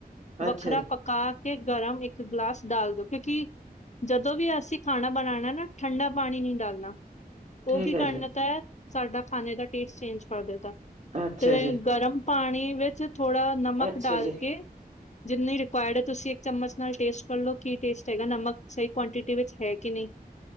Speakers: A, on the left; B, on the right.
A: ਵੱਖਰਾ
B: ਅੱਛਾ ਜੀ
A: ਪਕ ਪਕਾ ਕੇ ਗਰਮ, ਇੱਕ ਗਲਾਸ ਡਾਲ ਦੋ, ਕਿਉਂਕਿ ਜਦੋਂ ਵੀ ਅਸੀਂ ਖਾਣਾ ਬਨਾਣਾ ਨਾ, ਠੰਡਾ ਪਾਣੀ ਨਹੀਂ ਡਾਲਣਾ ਉਹ
B: ਠੀਕ
A: ਕੀ
B: ਹੈ
A: ਕਰ
B: ਜੀ
A: ਦੇਤਾ, ਸਾਡਾ ਖਾਣੇ ਦਾ ਟੇਸਟ ਚੇਂਜ ਕਰ ਦੇ ਤਾ
B: ਅੱਛਾ
A: ਤੇ
B: ਜੀ
A: ਗਰਮ ਪਾਣੀ ਵਿੱਚ, ਥੋੜਾ ਨਮਕ
B: ਅੱਛਾ
A: ਡਾਲ
B: ਜੀ
A: ਕੇ, ਜਿੰਨੀ ਰ ਤੁਸੀਂ ਇੱਕ ਚਮਚ ਨਾਲ ਟੇਸਟ ਕਰ ਲਓ, ਕੀ ਟੇਸਟ ਹੈਗਾ ਨਮਕ ਸਹੀ ਕੁਆਂਟਿਟੀ ਵਿੱਚ ਹੈ ਕੇ ਨੀਂ।